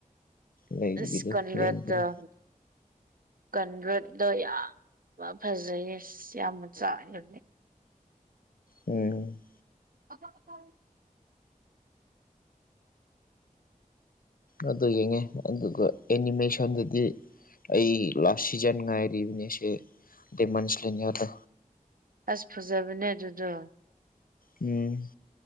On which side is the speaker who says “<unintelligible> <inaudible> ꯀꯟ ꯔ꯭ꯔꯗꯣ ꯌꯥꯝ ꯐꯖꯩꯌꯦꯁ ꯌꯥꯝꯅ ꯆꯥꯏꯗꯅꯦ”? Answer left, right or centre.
Right